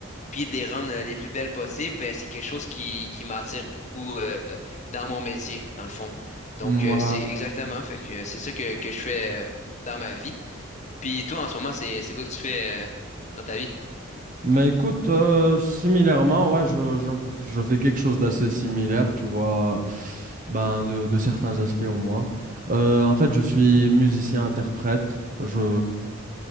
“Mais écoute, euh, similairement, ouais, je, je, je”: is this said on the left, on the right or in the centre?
Right